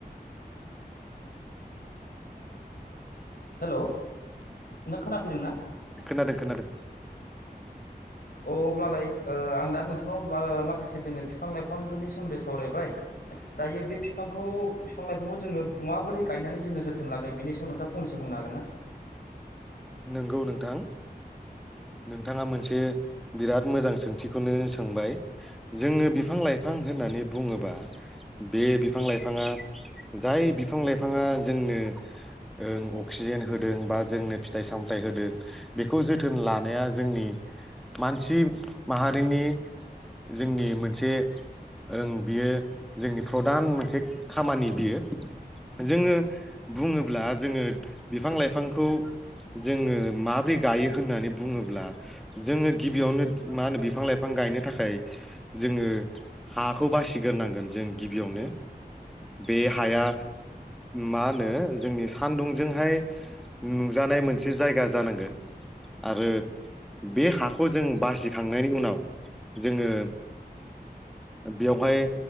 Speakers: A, on the left; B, in the centre.
A: हेल' नों खोनाफैदों ना?
B: खोनादों खोनादों
A: अ अब्लालाय आं दा नोंथांनाव माखासे जोङो बिफां लाइफांफोरनि सोमोन्दै सावरायबाय दायो बे बिफांखौ बिफां लाइफांखौ जोङ माबोरै गायनानै जोङो जोोन लागोननि सायाव नोंथाङांनस बुंनो हागोन ना?
B: नोंगौ नोंथां नोंथाङा मोनसे बिराद मोजां सोंथिखौनो सोंबाय जोङो बिफां लाइफां होननानै बुङोबा बे बिफां लाइफाङा जाय बिफां लाइफाङा जोंनो ओ अक्सिजेन होदों बा जोंनो फिथाइ सामथाइ होदों बेखौ जोथोन लानाया जोंनि मानसि माहारिनि जोंनि मोनसे। ओं बियो जोंनि प्रधान मोनसे खामानि बियो। जोङो बुङोब्ला जोङो बिफां लाइफांखौ जोङो माबोरै गायो होननानै बुङोब्ला जोङो गिबियावनो मा होनो बिफां-लाइफां गायनो थाखाय जोङो हाखौ बासिग्रोनांगोन जों गिबियावनो बे हाया मा होनो जोंनि सानदुंजोंहाय न नुजानाय मोनसे जायगा जानांगोन आरो बे हाखौ जों बासिखांनायनि उनाव जोङो। बेवहाय